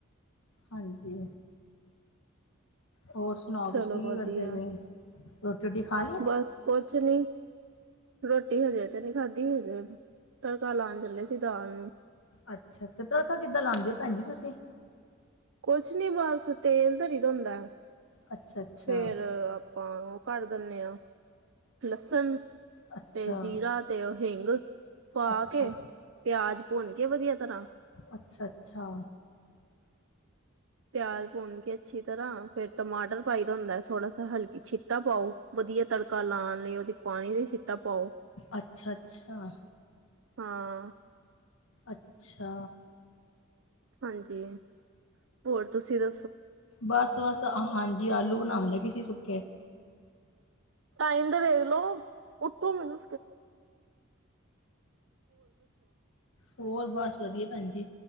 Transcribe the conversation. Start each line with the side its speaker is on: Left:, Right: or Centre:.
Left: ਹਾਂਜੀ ਹੋਰ ਸੁਣਾਓ
Right: ਚਲੋ
Left: ਤੁਸੀਂ ਕੀ
Right: ਵਧੀਆ
Left: ਕਰਦੇ ਪਏ? ਰੋਟੀ ਖਾ ਲਈ
Right: ਬਸ ਕੁਛ ਨਹੀ। ਰੋਟੀ ਹਜੇ ਤੇ ਨਹੀਂ ਖਾਧੀ, ਹਜੇ ਤੜਕਾ ਲਾਉਣ ਚੱਲੇ ਸੀ ਦਾਲ ਨੂੰ।
Left: ਅੱਛਾ ਤੇ ਤੜਕਾ ਕਿੱਦਾਂ ਲਾਉਣ ਦੇ ਹੋ ਭੈਣ ਜੀ ਤੁਸੀਂ।
Right: ਕੁਛ ਨੀ ਬਸ ਤੇਲ ਧਰੀ ਦਾ ਹੁੰਦਾ ਏ।
Left: ਅੱਛਾ ਅੱਛਾ
Right: ਫੇਰ ਆਪਾਂ ਉਹ ਕਰ ਦਿੰਨੇ ਆਂ। ਲਸਣ
Left: ਅੱਛਾ
Right: ਤੇ ਜੀਰਾ ਤੇ ਉਹ ਹਿੰਗ ਪਾ
Left: ਅੱਛਾ
Right: ਕੇ
Left: ਅੱਛਾ
Right: ਪਿਆਜ ਭੁੰਨ ਕੇ ਵਧੀਆ ਤਰ੍ਹਾਂ
Left: ਅੱਛਾ ਅੱਛਾ
Right: ਪਿਆਜ ਪੁਣਗੇ ਅੱਛੀ ਤਰਹਾ ਫੇਰ ਟਮਾਟਰ ਪਾਈਦਾ ਹੁੰਦਾ ਏ ਥੋੜਾ ਸਾ ਹਲਕੀ ਛਿੱਟਾ ਪਾਓ ਵਧੀਆ ਤੜਕਾ ਲਾਉਣ ਲਈ ਉਹਦੀ ਪਾਣੀ ਦੀ ਸ਼ਿਟਾ ਪਾਓ।
Left: ਅੱਛਾ
Right: ਹਾਂ
Left: ਅੱਛਾ
Right: ਹਾਂਜੀ ਹੋਰ ਤੁਸੀਂ ਦ
Left: ਬਸ ਬਸ ਹਾਂਜੀ ਆਲੂ ਬਣਾਉਣ ਲਗੀ ਸੀ ਸੁੱਕੇ।
Right: ਟਾਈਮ ਤੇ ਵੇਖ ਲਓ ਉੱਠੋ ਹੂਨ
Left: ਹੋਰ ਬਸ ਵਧੀਆ ਭੈਣ ਜੀ।